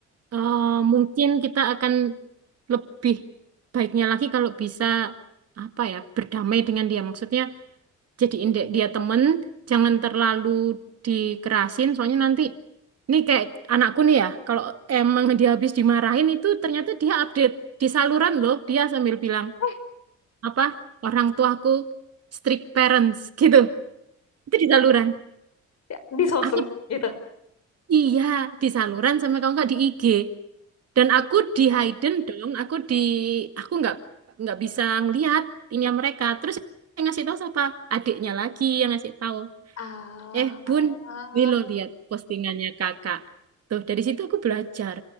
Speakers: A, on the right; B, on the left.
A: eh, mungkin kita akan lebih baiknya lagi kalau bisa apa ya berdamai dengan dia. Maksudnya jadiin dek dia temen jangan terlalu dikerasin soalnya nanti ini kayak anakku nih ya kalau emang dia habis dimarahin itu ternyata dia update di saluran loh dia sambil bilang
B: eh
A: apa orang tuaku strict parents <laughs> gitu itu di saluran
B: ya, di sosmed
A: aku
B: gitu
A: iya di saluran sama kamu nggak di IG dan aku di
B: Oh,
A: hidden dong aku di aku nggak nggak bisa ngelihat ini mereka terus yang ngasih tahu siapa adiknya lagi yang ngasih tahu
B: ah
A: Eh, Bun, ini lo lihat postingannya kakak. Tuh, dari situ aku belajar.